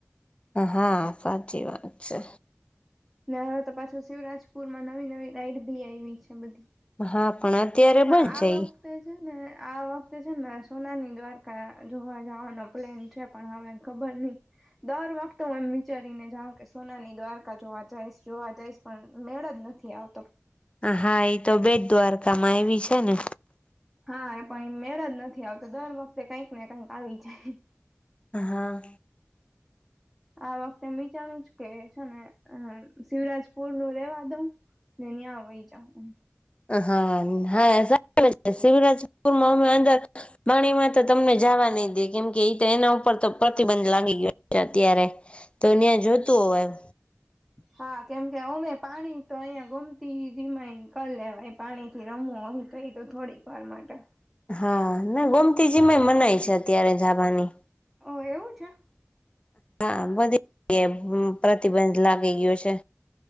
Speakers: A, on the left (about 25°); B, in the centre.
A: હા સાચી વાત છે.
B: ને હવે તો પાછો શિવરાજપુર માં નવી નવી રાઈડ બી આવી છે બધી.
A: હા પણ અત્યારે
B: પણ
A: બંધ
B: આ
A: છે ઈ
B: વખતે છે, ને આ વખતે છે ને રાજ સોનાની દ્વારકા જોવા જવાનો પ્લેન છે, પણ હવે ખબર નહી દર વખત હુ એમ વિચારીને જાઉ કે સોનાની દ્વારકા જોવા જઈશ જોવા જઈશ પણ મેળ જ નથી આવ
A: હા, એ તો બેટ દ્વારકામાં આવી છે, ને
B: હા, પણ મેળ જ નથી આવતો દર વખતે કંઈક ને કઈક આવી જાય
A: હા
B: આ વખતે વિચારું નુ કે છે ને શિવરાજપુર નું રેવા દઉં. ને ન્યાં વ્યજાવું
A: હા હા. શિવરાજપુરમાં અમે અંદર પાણીમાં તો તમને જવા નહી દેએ કેમ કે એ તો એના ઉપર તો પ્રતિબંધ લાગી ગયો છે, અત્યારે તો ત્યાં જોતું હોય એ
B: હા કેમકે અમે પાણી તો અહિયાં ગમતી જમાંક લેવાય પાણી થી રમો અહી થયું થોડીક વાર માટે
A: હા, ના ગોમતીજીમાંય મનાય છે, અત્યારે જાબાની
B: ઓ એવું છે.
A: હા બધી પ્રતિબંધ લાગી ગયો છે.